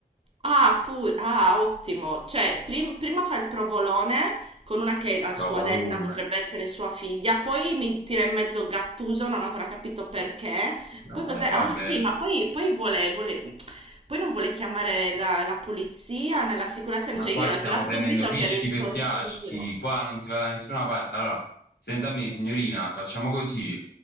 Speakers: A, on the right; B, on the left.
A: Ah, pure, ah, ottimo. Cioè, prim- prima fa il provolone con una che a sua
B: provo
A: detta
B: l'una,
A: potrebbe essere sua figlia, poi mi tira in mezzo Gattuso, non ho ancora capito perché.
B: eh,
A: Poi cos'è?
B: vabbè.
A: Ah, sì, ma poi, poi vuole, vuole- poi non vuole chiamare la, la polizia né l'assicurazione.
B: Ma
A: Cioè,
B: qua
A: io l'ho
B: stiamo
A: detto da subito
B: prendendo fischi
A: che ero in
B: per
A: torto
B: fiaschi,
A: io.
B: qua non si va da nessuna parte. Allora, senta a me, signorina, facciamo così. eh,